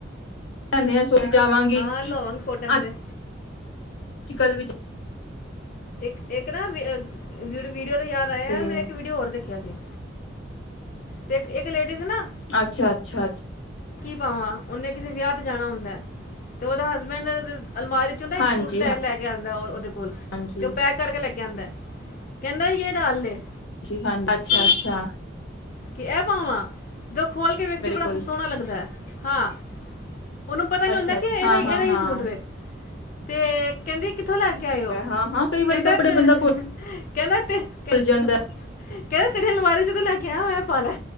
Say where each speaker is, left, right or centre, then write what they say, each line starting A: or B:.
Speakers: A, on the left (about 80°); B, on the left (about 45°).
A: ਲੇਨੇਆ ਸਵਾ ਜਾਵਾਂਗੀ
B: ਹਾਂ ਲੋਵੰਗ
A: ਅੱਜ
B: ਕੋਟਨ
A: ਅੱਜ
B: ਦੇ
A: ਕੱਲ ਵਿਚ।
B: ਇੱਕ, ਇੱਕ ਨਾ ਵੀਅ ਵੀ ਵੀਡੀਓ ਤੋ ਯਾਦ ਆਇਆ
A: ਤੇ
B: ਏ। ਮੈਂ ਇੱਕ ਵੀਡੀਓ ਹੋਰ ਦੇਖਿਆ ਸੀ। ਤੇ ਇੱਕ, ਇੱਕ ਲੇਡੀਜ਼ ਨਾ
A: ਅੱਛਾ-ਅੱਛਾ-ਅਛ
B: ਭਾਂ, ਓਹਨੇ ਕਿਸੇ ਵਿਆਹ ਤੇ ਜਾਣਾ ਹੁੰਦੈ। ਤੇ ਓਹਦਾ ਹਸਬੈਂਡ ਅਲਮਾਰੀ ਚੋ ਨਾ ਇੱਕ
A: ਹਾਂਜੀ,
B: ਸੂਟ ਲੈ-ਲੈ ਕੇ ਆ। ਨਾਲ ਉਹ ਦੇ
A: ਹਾਂਜੀ
B: ਤੇ ਓ ਪੈਕ ਕਰਕੇ ਲੈ ਕੇ ਆਂਦੈ, ਕਹਿੰਦਾ ਯੇ ਡਾਲ ਲੇ।
A: ਜੀ ਹਾਂਜੀ। ਅੱਛਾ-ਅੱਛਾ।
B: ਕੀ ਇਹ ਪਾਵਾਂ। ਜਦੋਂ ਖੋਲ ਕੇ ਵੇਖਦੀ, ਬੜਾ
A: ਕੋਲ
B: ਸੋਣਾ ਲੱਗਦੈ। ਹਾਂ। ਉਹਨੂੰ ਪਤਾ ਨਹੀਂ
A: ਅੱਛਾ-ਅੱਛਾ।
B: ਹੁੰਦਾ ਕਿ ਇਹਦਾ ਇਹਦਾ
A: ਹਾਂ-ਹਾਂ-ਹਾਂ।
B: ਹੀ ਸੂਟ ਵੇ ਤੇ ਕੇੰਦੀ ਕਿੱਥੋਂ ਲੈ ਕੇ ਆਏ ਔ?
A: ਹਾਂ, ਹਾਂ ਕਈ
B: ਕਹਿੰਦਾ
A: ਵਾਰੀ ਕੱਪੜੇ
B: ਤੇ,
A: ਬੰਦਾ
B: ਕਹਿੰਦਾ ਤੇ,
A: ਭੁੱਲ
B: ਕਹਿੰਦਾ
A: ਜਾਂਦਾ।
B: ਤੇਰੀ ਅਲਮਾਰੀ ਚੋਂ ਤਾਂ ਲੈ ਕੇ ਆਇਆ। ਇਹ ਪਾਲਾ।